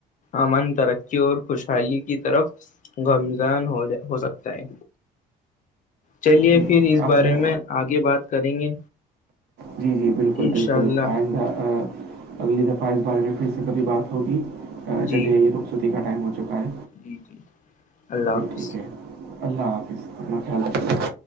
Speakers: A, on the left; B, on the right.
A: امن ترقی اور خوشحالی کی طرف گمزان ہو جائے ہو سکتا ہے چلیے
B: جی،
A: پھر اس
B: آپ
A: بارے
B: نے-
A: میں آگے بات کریں گے
B: جی جی بالکل
A: انشاء
B: بالکل
A: اللہ
B: آئندہ اگلی دفعہ اس بارے میں پھر سے کبھی بات ہوگی
A: جی
B: چلیے رخصتی کا ٹائم ہو چکا ہے
A: جی جی اللہ حافظ
B: جی ٹھیک ہے اللہ حافظ اپنا خیال رکھ